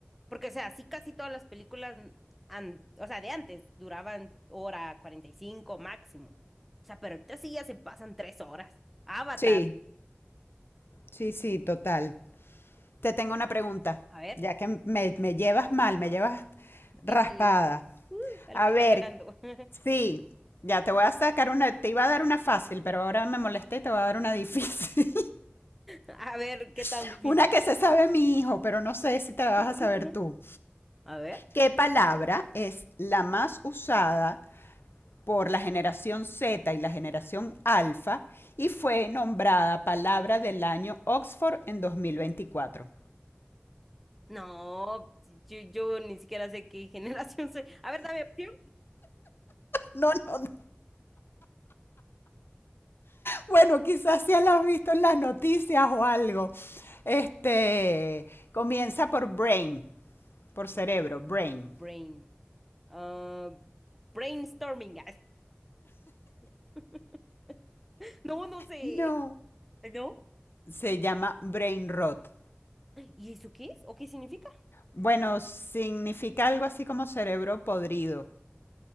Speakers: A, in the centre; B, on the left.
A: porque o sea, sí casi todas las películas, an- o sea, de antes duraban hora 45 máximo. O sea, pero ahorita sí ya se pasan tres horas. Avatar,
B: Sí, sí, sí, total. Te tengo una pregunta,
A: a ver.
B: ya que me, me llevas mal, me llevas
A: <laughs>
B: raspada.
A: Uh, al
B: A
A: final
B: ver,
A: ganando. <laughs>
B: Sí, ya te voy a sacar una, te iba a dar una fácil, pero ahora me molesté y te voy a dar una difícil.
A: A ver, qué tan
B: <laughs>
A: difícil.
B: una que se sabe mi hijo, pero no sé si te la vas
A: <laughs>
B: a saber tú.
A: A ver.
B: ¿Qué palabra es la más usada por la generación Z y la generación Alfa y fue nombrada palabra del año Oxford en 2024?
A: No, yo, yo ni siquiera sé qué generación soy. A ver, dame opción.
B: No, no, no. bueno, quizás ya la has visto en las noticias o algo. Este comienza por brain, por cerebro, brain.
A: Brain. ah, brainstorming. <laughs> <laughs> No, no sé.
B: No.
A: ¿No?
B: Se llama brain rot.
A: ¿Y eso qué es? ¿O qué significa?
B: Bueno, significa algo así como cerebro podrido.